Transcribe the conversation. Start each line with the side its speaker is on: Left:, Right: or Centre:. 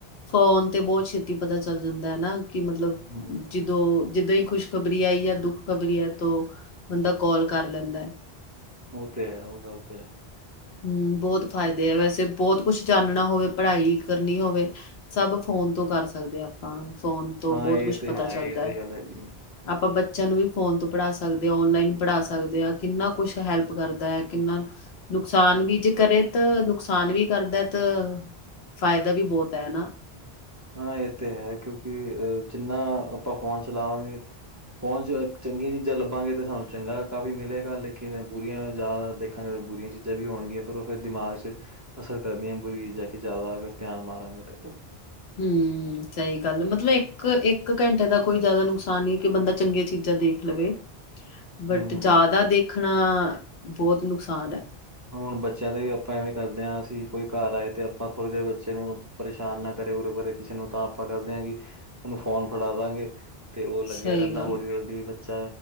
Left: ਫੋਨ ਤੇ ਬਹੁਤ ਛੇਤੀ ਪਤਾ ਚੱਲ ਜਾਂਦਾ ਹੈ ਨਾ ਕਿ ਮਤਲਬ
Right: ਹੂੰ
Left: ਜਦੋਂ ਜਦੋਂ ਹੀ ਖੁਸ਼ ਖ਼ਬਰੀ ਆਈ ਜਾਂ ਦੁੱਖ ਖ਼ਬਰੀ ਹੈ ਤੋ ਬੰਦਾ ਕਾਲ ਕਰ ਲੈਂਦਾ ਹੈ।
Right: ਉਹ ਤੇ ਹੈ ਉਹ ਗੱਲ ਤੇ ਹੈ।
Left: ਹੂੰ, ਬਹੁਤ ਫ਼ਾਇਦੇ ਆ ਵੈਸੇ ਬਹੁਤ ਕੁਛ ਜਾਣਨਾ ਹੋਵੇ ਪੜ੍ਹਾਈ ਕਰਨੀ ਹੋਵੇ। ਸਭ ਫੋਨ ਤੋਂ ਕਰ ਸਕਦੇ ਆਪਾਂ ਫੋਨ ਤੋਂ
Right: ਹਾਂ
Left: ਬਹੁਤ
Right: ਇਹ
Left: ਕੁਛ
Right: ਤੇ
Left: ਪਤਾ
Right: ਹੈਗਾ
Left: ਚੱਲਦਾ
Right: ਇਹ ਤੇ
Left: ਹੈ।
Right: ਗੱਲ ਹੈਗੀ ਹੈ
Left: ਆਪਾਂ ਬੱਚਿਆਂ ਨੂੰ ਵੀ ਫੋਨ ਤੋਂ ਪੜ੍ਹਾ ਸਕਦੇ ਹਾਂ, ਔਨਲਾਈਨ ਪੜ੍ਹਾ ਸਕਦੇ ਹਾਂ, ਕਿੰਨਾ ਕੁਛ ਹੈਲਪ ਕਰਦਾ ਹੈ ਕਿੰਨਾ ਨੁਕਸਾਨ ਵੀ ਜੇ ਕਰੇ ਤਾਂ ਨੁਕਸਾਨ ਵੀ ਕਰਦਾ ਤਾਂ ਫਾਇਦਾ ਵੀ ਬਹੁਤ ਹੈਨਾ।
Right: ਹਾਂ ਇਹ ਤੇ ਹੈ ਕਿਉਂਕਿ ਅ ਜਿੰਨਾ ਆਪਾਂ ਫੋਨ ਚਲਾਵਾਂਗੇ ਫੋਨ ਚ ਚੰਗੀਆਂ ਚੀਜ਼ਾਂ ਲੱਭਾਂਗੇ ਤਾਂ ਸਾਨੂੰ ਚੰਗਾ ਕਾਫੀ ਮਿਲੇਗਾ ਲੇਕਿਨ ਜਿਵੇਂ ਬੁਰੀਆਂ ਜ਼ਿਆਦਾ ਦੇਖਾਂਗੇ ਤਾਂ ਬੁਰੀਆਂ ਚੀਜ਼ਾਂ ਵੀ ਹੋਣਗੀਆਂ ਪਰ ਉਹ ਫਿਰ ਦਿਮਾਗ ਅਸਰ ਕਰਦੀਆਂ। ਬੁਰੀ ਚੀਜ਼ਾਂ ਤੇ ਜਿਆਦਾ ਅਗਰ ਧਿਆਨ ਮਾਰਾਂਗੇ ਤੇ।
Left: ਹੂੰ। ਸਹੀ ਗੱਲ ਮਤਲਬ ਇੱਕ-ਇੱਕ ਘੰਟੇ ਦਾ ਕੋਈ ਜ਼ਿਆਦਾ ਨੁਕਸਾਨ ਨੀ ਹੈ ਕਿ ਬੰਦਾ ਚੰਗੀਆਂ ਚੀਜ਼ਾਂ ਦੇਖ ਲਵੇ।
Right: <inaudible>
Left: ਬਟ
Right: ਹੂੰ
Left: ਜ਼ਿਆਦਾ ਦੇਖਣਾ ਬਹੁਤ ਨੁਕਸਾਨ ਹੈ।
Right: ਹੁਣ ਬੱਚਿਆਂ ਦਾ ਵੀ ਆਪਾਂ ਐਵੇਂ ਕਰਦੇ ਹਾਂ ਅਸੀਂ ਕੋਈ ਘਰ ਆਏ ਤੇ ਆਪਾਂ ਥੋੜ੍ਹੀ ਦੇਰ ਬੱਚੇ ਨੂੰ ਪਰੇਸ਼ਾਨ ਨਾ ਕਰੇ ਉਰੇ ਬਰੇ ਕਿਸੇ ਨੂੰ ਤਾਂ ਆਪਾਂ ਕਰਦੇ ਹਾਂ ਕਿ ਉਹਨੂੰ ਫੋਨ ਫੜਾ ਦਾਂਗੇ। ਤੇ ਉਹ ਲੱਗਿਆ
Left: ਸਹੀ
Right: ਰਹਿੰਦਾ
Left: ਗੱਲ
Right: ਹੌਲੀ-ਹੌਲੀ ਬੱਚਾ।